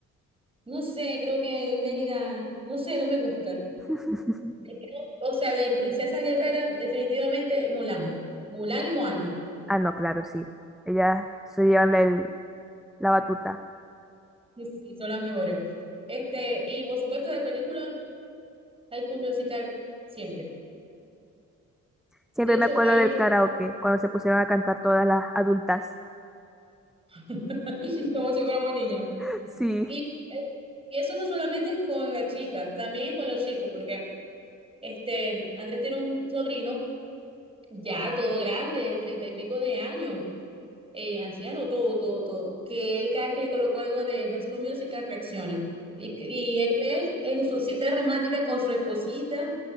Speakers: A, on the right; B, in the centre.
A: no sé, creo que Mérida, no sé, no me gusta.
B: <laughs>
A: De- O sea, de princesa guerrera, definitivamente Mulan, Mulan y Moana.
B: Ah, no, claro, sí. Ellas se llevan la, el- la batuta.
A: Sí, sí, son las mejores. Este, y por supuesto de película, High School Musical siempre.
B: Siempre
A: De hecho,
B: me acuerdo
A: hay
B: del
A: un...
B: karaoke, cuando se pusieron a cantar todas las adultas.
A: <laughs> como si fuéramos niños.
B: <laughs>
A: Y,
B: Sí.
A: eh, y eso no solamente es con las chicas, también es con los chicos, porque este, Andrés tiene un sobrino ya todo grande, de treinta y pico de años. eh, anciano, todo, todo, todo, que él cada vez que yo coloco algo de High School Musical reacciona. Y, que- y él ve en su cita romántica con su esposita,